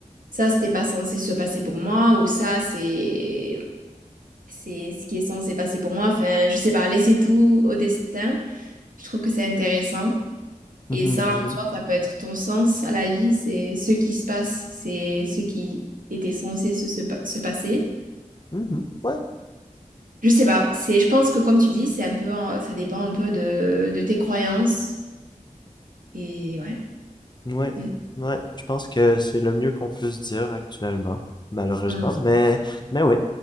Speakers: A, on the right (about 80°); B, on the left (about 30°).
A: ça, c'était pas censé se passer pour moi, ou ça, c'est, c'est ce qui est censé passer pour moi. Enfin, je sais pas, laisser tout au destin, je trouve que c'est intéressant.
B: mhm,
A: Et ça,
B: mhm.
A: en soi, ça peut être ton sens à la vie, c'est ce qui se passe, c'est ce qui était censé se se pa- se passer.
B: Mhm. Ouais.
A: Je sais pas, c'est, je pense que comme tu dis, c'est un peu, en- ça dépend un peu de, de tes croyances. Et ouais.
B: Ouais,
A: Mm.
B: ouais, je pense que c'est le mieux qu'on puisse dire actuellement, malheureusement,
A: Mm.
B: mais mais ouais,